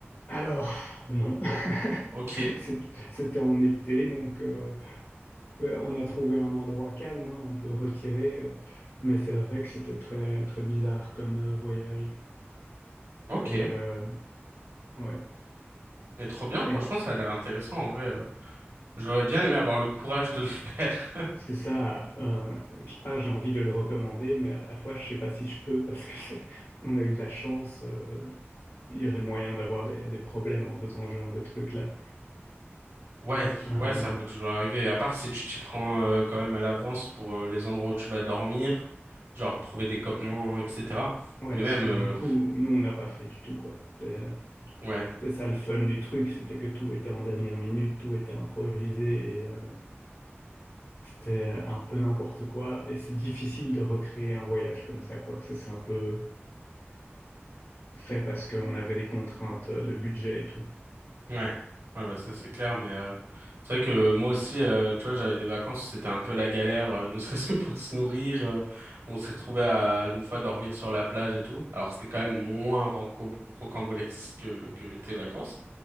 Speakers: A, on the left; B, on the right.
A: Alors, non, <laughs>
B: Ok.
A: C'est- c'était en été, donc euh, ouais, on a trouvé un endroit calme, hein, un peu retiré, euh, mais c'est vrai que c'était très, très bizarre comme euh, voyage.
B: Ok.
A: Et euh, Ouais.
B: Mais trop bien,
A: Et
B: franchement,
A: en-
B: ça a l'air intéressant en vrai. euh. J'aurais bien aimé avoir le courage de le <laughs> faire.
A: c'est ça, euh, quelque part, j'ai envie de le recommander, mais à la fois, je sais pas si je peux parce que c'est- <laughs> on a eu de la chance. euh, il y aurait moyen d'avoir des, des problèmes en faisant ce genre de truc-là.
B: Ouais,
A: Euh,
B: ouais, ça peut toujours arriver. À part si tu t'y prends euh, quand même à l'avance pour euh, les endroits où tu vas dormir, genre trouver des campements, etc.
A: ouais,
B: Mais même,
A: ce que
B: euh,
A: du coup, nous, on n'a pas fait du tout, quoi. C'était,
B: ouais,
A: c'était ça le fun du truc, c'était que tout était en dernière minute, tout était improvisé et euh, c'était un peu n'importe quoi. Et c'est difficile de recréer un voyage comme ça, quoi. Ça, c'est un peu fait parce qu'on avait des contraintes de budget et tout.
B: ouais, ouais, bah ça c'est clair. Mais euh, c'est vrai que moi aussi, euh, tu vois, j'avais des vacances, où c'était un peu la galère, euh, ne <laughs> serait-ce que pour se nourrir. euh, on s'est retrouvé à une fois dormir sur la plage et tout. Alors c'était quand même moins ranco- rocambolesque que, que tes vacances.